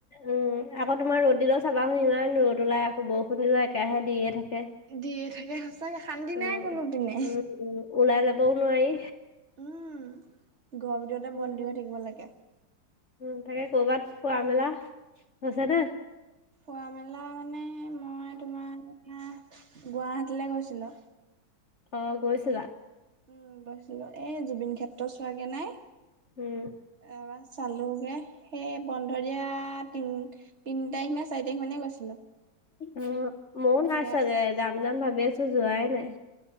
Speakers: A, on the left; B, on the right.
A: উম আকৌ তোমাৰ ৰ'দ দিলেও চাবা চোন ইমান ৰ'দ ওলাই আকৌ বৰষুণ দিলো একেৰাহে দিয়ে থাকে।
B: দিয়ে থাকে সঁচাকে, শান্তি
A: উম।
B: নাই কোনোদিনে
A: উম, উম, ওলাই যাবও নোৱাৰি।
B: উম ঘৰৰ ভিতৰতে
A: উম।
B: বন্দী হৈ থাকিব লাগে।
A: উম তাকে কৰ'বাত, ফোৱা মেলা হৈছে নে।
B: ফোৱা মেলা মানে মই তোমাৰ গুৱাহাটীলৈ গৈছিলোঁ।
A: অঁ গৈছিলা।
B: উম গৈছিলো এই জুবিন ক্ষেত্ৰ চোৱাগে নাই।
A: উম
B: এবাৰ চালোগে, সেই বন্ধ দিয়া য়া তিন- তিন তাৰিখ নে চাৰি তাৰিখ মানে গৈছিলো।
A: উম ময়ো
B: সেয়া
A: নাই চাগে যাম যাম ভাবি আছো যোৱাই নাই।